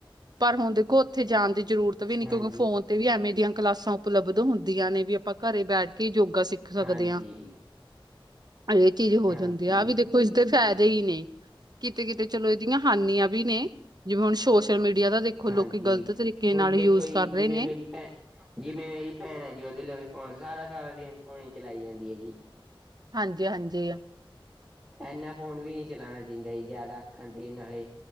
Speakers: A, on the right; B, in the centre.
A: ਪਰ ਹੁਣ ਦੇਖੋ ਓਥੇ ਜਾਣ ਦੀ ਜ਼ਰੂਰਤ ਵੀ ਨੀ
B: ਹਾਂਜੀ
A: ਕਿਉਂਕਿ ਫੋਨ ਤੇ ਵੀ ਐਵੇਂ ਦੀਆਂ ਕਲਾਸਾਂ ਉਪਲਬਧ ਹੋਂਦੀਆਂ ਨੇ। ਵੀ ਆਪਾਂ ਘਰੇ ਬੈਠ ਕੇ ਯੋਗਾ ਸਿੱਖ ਸਕਦੇ
B: ਹਾਂਜੀ
A: ਆਂ ਏ ਚੀਜ਼ ਹੋ
B: ਹਾਂਜੀ
A: ਜਾਂਦੀ ਆਹ ਵੀ ਦੇਖੋ ਇਸਦੇ ਫਾਇਦੇ ਈ ਨੇ, ਕਿਤੇ -ਕਿਤੇ ਚਲੋ ਏਦੀਆਂ ਹਾਨੀਆਂ ਵੀ ਨੇ, ਜਿਵੇਂ ਹੁਣ ਸੋਸ਼ਲ ਮੀਡੀਆ ਦਾ ਦੇਖੋ ਲੋਕੀ
B: ਹਾਂਜੀ
A: ਗ਼ਲਤ ਤਰੀਕੇ
B: ਹੁਣ
A: ਨਾਲ
B: ਦੇਖੋ
A: ਯੂਜ
B: ਜੀ
A: ਕਰ ਰਹੇ
B: ਜਿਵੇਂ
A: ਨੇ
B: ਮੇਰੀ ਭੈਣ ਜਿਵੇਂ ਮੇਰੀ ਭੈਣ ਐ ਜੀ ਓਦੇ ਲ ਫੋਨ ਸਾਰਾ -ਸਾਰਾ ਦਿਨ ਫੋਨ ਹੀ ਚਲਾਈ ਜਾਂਦੀ ਐ ਜੀ।
A: ਹਾਂਜੀ - ਹਾਂਜੀ।
B: ਏਨਾ ਫੋਨ ਵੀ ਨਈ ਚਲਾਣਾ ਚਾਈਦਾ ਜੀ ਜ਼ਾਦਾ ਅੱਖਾਂ ਤੇ ਨਾਲੇ